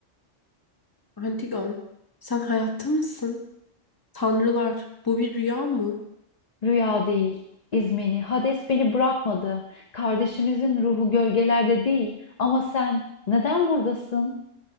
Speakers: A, on the left; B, on the left.
A: Antigon, sen hayatta mısın? Tanrılar, bu bir rüya mı?
B: Rüya değil, İzmeni, Hades beni bırakmadı. Kardeşimizin ruhu gölgelerde değil. Ama sen neden buradasın?